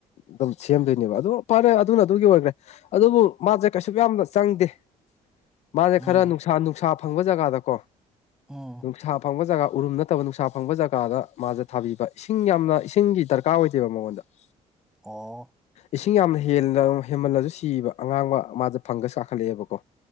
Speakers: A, on the left (about 55°); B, in the centre.
A: ꯑꯗꯨꯝ ꯁꯦꯝꯗꯣꯏꯅꯦꯕ ꯑꯗꯨ ꯐꯔꯦ ꯑꯗꯨꯅ ꯑꯗꯨꯒꯤ ꯑꯣꯏꯈ꯭ꯔꯦ ꯑꯗꯨꯕꯨ ꯃꯥꯁꯦ ꯀꯩꯁꯨ ꯌꯥꯝꯅ ꯆꯪꯗꯦ ꯃꯥꯁꯦ
B: ꯎꯝ
A: ꯈꯔ ꯅꯨꯡꯁꯥ ꯅꯨꯡꯁꯥ ꯐꯪꯕ ꯖꯒꯥꯗꯀꯣ
B: ꯎꯝ
A: ꯅꯨꯡꯁꯥ ꯐꯪꯕ ꯖꯒꯥ ꯎꯔꯨꯝ ꯅꯠꯇꯕ ꯅꯨꯡꯁꯥ ꯐꯪꯕ ꯖꯒꯥꯗ ꯃꯥꯁꯦ ꯊꯥꯕꯤꯕ ꯏꯁꯤꯡ ꯌꯥꯝꯅ ꯏꯁꯤꯡꯒꯤ ꯗꯔꯀꯥꯔ ꯑꯣꯏꯗꯦꯕ ꯃꯉꯣꯟꯗ <inaudible>
B: ꯑꯣ
A: ꯏꯁꯤꯡ ꯌꯥꯝꯅ ꯍꯦꯟ ꯍꯦꯟꯃꯜꯂꯁꯨ ꯁꯤꯕ ꯑꯉꯥꯡꯕ ꯃꯖꯦ ꯐꯪꯒꯁ ꯀꯥꯈꯠꯂꯛꯑꯦꯕꯀꯣ